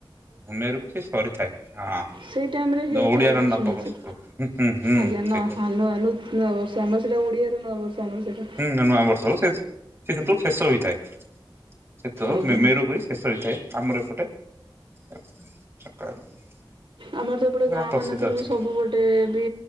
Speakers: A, on the right (about 30°); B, on the right (about 75°).
A: ମେରୁକୁ ସେ ସରିଥାଏ ହଁ।
B: ସେଇ ଟାଇମରେ ହେଇଥାଏ
A: ଓଡିଆର
B: ମୁଁ
A: ନବବର୍ଷ।
B: ଶୁଣିଛି,
A: ହୁଁ ହୁଁ ହୁଁ
B: ଆଜ୍ଞା ନ
A: ସେଇଟା
B: ହଁ ନୂଆ ନୂ ନୂଆ ବର୍ ଷନ ସେଟା ଓଡିଆରେ ନୂଆ ବର୍ଷ ଆମର ସେଟା।
A: ହୁଁ ନୂ ନୂଆ ବର୍ଷ ହୋଉ ସେ ସେ ସେତେବେଳୁ ଶେଷ ହୋଇଥାଏ, ସେତ
B: ଆଜ୍ଞା
A: ମେ ମେରୁ ହୋଇ ଶେଷ ହୋଇଥାଏ ଆମର ଏପଟେ <unintelligible>
B: ଆମର ତ ଏପଟେ
A: ପୁରା
B: ଗାଁ
A: ପ୍ରସିଦ୍ଧ
B: ମାନଙ୍କରେ
A: ଅଛି
B: ବି ସବୁ ଗୋଟେ-ଏ-ଏ ବି